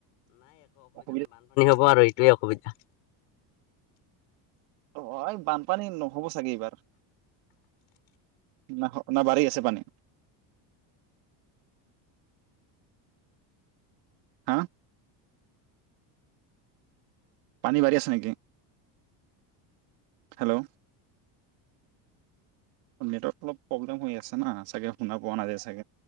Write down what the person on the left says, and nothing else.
অ' আৰু এইটোৱে অসুবিধা।